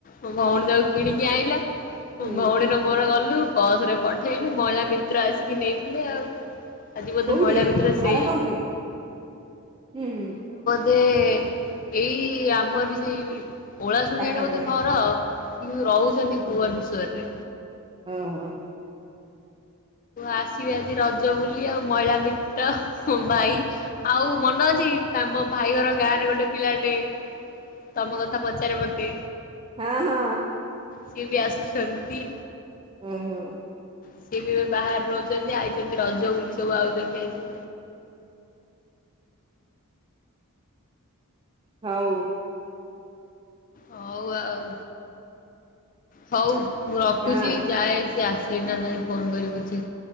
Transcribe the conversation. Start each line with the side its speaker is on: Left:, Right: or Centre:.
Left: ମୋ ଭଉଣୀ ତାକୁ କିଣିକି ଆଇଲା। ମୋ
Right: ହୁଁ
Left: ଭଉଣୀର ମୋର ଗଲୁ ବଶ୍ ରେ ପଠେଇଲୁ ମହିଳା ମିତ୍ର ଆସିକି ନେଇଥିଲେ ଆଉ। ଆଜି ବୋଧେ
Right: କୋଉଠି
Left: ମହିଳା ମିତ୍ର
Right: ଘର
Left: ସେଇ
Right: କୋଉଠି ହୁଁ ହୁଁ
Left: ଧେ ଏଇ ଆମର ବି ଓଳା ଶୁଣିଆଡେ
Right: ପାଖାପାଖି
Left: ବୋଧେ ଘର କିନ୍ତୁ ରହୁଛନ୍ତି ଭୁବନେଶ୍ଵରରେ।
Right: ଉଁ ହୁଁ।
Left: ଆସିବେ ଆଜି ରଜ ବୁଲି ଆଉ ମହିଳା ମିତ୍ର, ଭାଇ ଆଉ ମନ ଅଛି ଆମ ଭାଇ ଘର ଗାଁରେ ଗୋଟେ ପିଲାଟେ ତମ କଥା ପଚାରେ ମତେ।
Right: ହଁ ହଁ।
Left: ସିଏ ବି ଆସୁଛନ୍ତି।
Right: ହୁଁ ହୁଁ।
Left: ସିଏ ବି ଏବେ ବାହାରେ ରହୁଛନ୍ତି ଆଇଛନ୍ତି ରଜ ବୁଲି ସବୁ ଆଉଛନ୍ତି ଆଜି।
Right: ହଉ।
Left: ହଉ ଆଉ ହଉ ମୁଁ ରଖୁଛି
Right: ହଁ
Left: ଯାଏ ସେ ଆସ ଲେଣି ନା ନାଇଁ ଫୋନ୍ କରି ବୁଝେ।